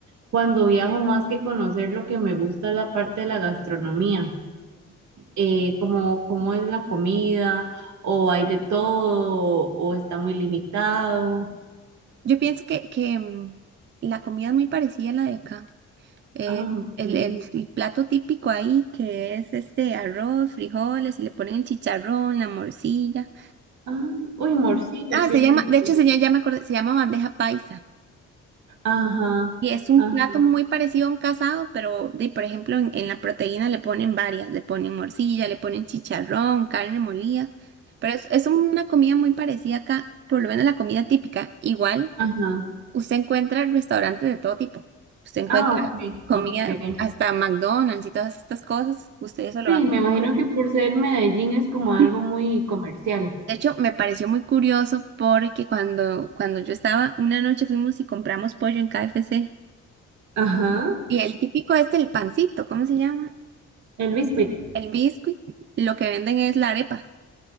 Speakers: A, on the right (about 70°); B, on the right (about 40°).
A: cuando viajo más que conocer lo que me gusta es la parte de la gastronomía. eh, como cómo es la comida, o hay de todo, o está muy limitado.
B: Yo pienso que, que mm, la comida es muy parecida a la de acá. Eh,
A: Ah, ok.
B: el, el- el plato típico ahí, que es este arroz, frijoles, y le ponen el chicharrón, la morcilla.
A: Ah, uy, morcilla,
B: Ah,
A: qué
B: se
A: rico.
B: llama, de hecho, se llama, ya me acordé, se llama bandeja paisa.
A: Ajá,
B: Y es un
A: ajá,
B: plato muy parecido a un casado, pero de, por ejemplo, en, en la proteína le ponen varias, le ponen morcilla, le ponen chicharrón, carne molida. Pero es, es una comida muy parecida acá, por lo menos la comida típica. Igual.
A: ajá.
B: Usted encuentra restaurantes de todo tipo. Usted encuentra
A: Ah, ok,
B: comida,
A: ok.
B: hasta McDonald's y todas estas cosas. Ustedes eso lo
A: Sí,
B: van.
A: me imagino que por ser Medellín es como algo
B: De
A: muy comercial.
B: hecho, me pareció muy curioso porque cuando, cuando yo estaba, una noche fuimos y compramos pollo en KFC.
A: Ajá,
B: Y el típico este, el pancito, ¿cómo se llama?
A: el biscuit.
B: El biscuit. Lo que venden es la arepa.